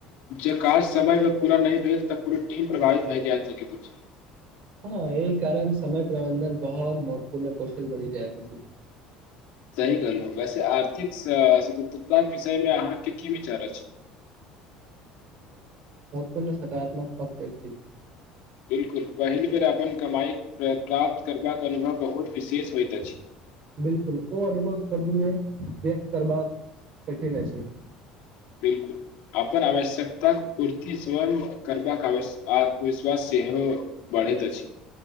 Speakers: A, on the left; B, on the right.
A: जे काज समयमे पूरा नहि भेल तऽ पूरा टीम प्रभावित भए जा सकैत अछि।
B: हँ ई कारण समय प्रबन्धन बहुत महत्वपूर्ण कौशल बनि जाय प।
A: सह कहलहुँ। वैसे आर्थिक स्वतंत्रतााके विषय मे अहाँके की विचार अछि। <unintelligible>
B: पूण सकारात्मक पक्ष अछि। <unintelligible>
A: बिलकुल पहिल बेर अपन कमाई प्राप्त करबाके अनुभव बहुत।
B: <unintelligible>
A: विशेष होइत अछि
B: बिलकुल ओ अनुभव शब्द में व्यक्त करबाक कठिन अछि। <unintelligible>
A: बिलकुल अपनन आवश्यकता पूरति स्वयं करबाक आ आ आत्मविश्वास सहो बढ़ैत अछि।